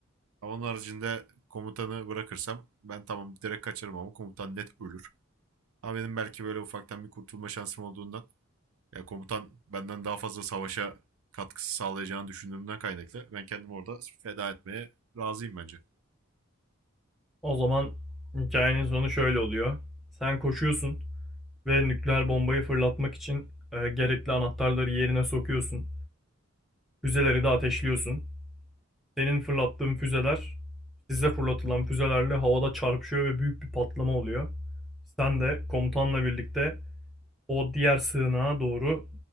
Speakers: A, on the right (about 80°); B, in the centre.
A: Ama onun haricinde komutanı bırakırsam ben tamam direkt kaçarım ama komutan net ölür. Ama benim belki böyle ufaktan bir kurtulma şansım olduğundan. Ya komutan benden daha fazla savaşa katkısı sağlayacağını düşündüğümden kaynaklı. Ben kendimi orada feda etmeye razıyım bence.
B: O zaman hikayenin sonu şöyle oluyor. Sen koşuyorsun ve nükleer bombayı fırlatmak için e, gerekli anahtarları yerine sokuyorsun. Füzeleri de ateşliyorsun. Senin fırlattığın füzeler size fırlatılan füzelerle havada çarpışıyor ve büyük bir patlama oluyor. Sen de komutanla birlikte O diğer sığınağa doğru